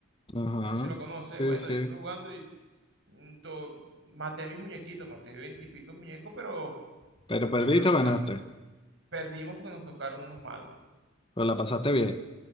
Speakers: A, on the left (about 25°); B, on the right (about 60°).
A: Ajá.
B: no sé si lo conoce,
A: Sí,
B: bueno,
A: sí.
B: yo estuve jugando y mm, to- maté mis muñequitos, maté veintipico de muñecos, pero
A: Pero
B: mm,
A: perdiste
B: yo creo que
A: o ganaste.
B: me perdimos porque nos tocaron unos malos.
A: Pero la pasaste bien.